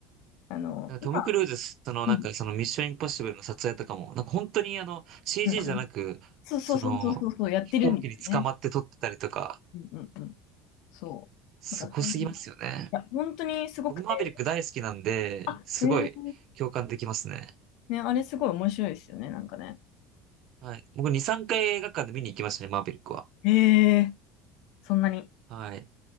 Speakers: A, on the left (about 60°); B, on the right (about 45°).
A: あの、
B: なんかトム・
A: 今、
B: クルーズ、その、
A: うん、
B: なんか、その、ミッション・インポッシブルの撮影とかも、なんか、本当に、あの、CG
A: うん、
B: じゃなく、
A: うん。そうそうそうそうそう、
B: その、
A: そうやってるんですよね。
B: 飛行機に捕まって撮ってたりとか、
A: うん、うん、うん。そう。
B: すごすぎますよね。
A: なんかそういう、いや、本当にすごくて、
B: 僕、マーベリック大好きなんで、
A: あ、
B: すごい、
A: えー、
B: 共感できますね。
A: ね、あれすごい面白いですよね、なんかね。
B: はい。僕、2、3回映画館で見に行きましたね、マーベリックは。
A: えー、そんなに。
B: はい。